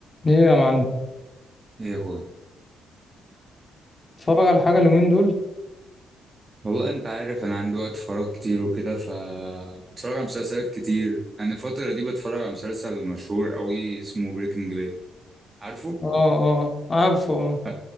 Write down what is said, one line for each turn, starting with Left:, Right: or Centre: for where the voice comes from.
Left: ايه يا معلم
Right: ايه يا اخويا
Left: اتفرج على حاجة اليومين دول
Right: والله انت عارف انا عندي وقت فراغ كتير وكده ف بتفرج على مسلسلات كتير يعني الفترة دي بتفرج على مسلسل مشهور قوي اسمه بريكنج باد عارفه
Left: اه اه عارفه اه
Right: أ-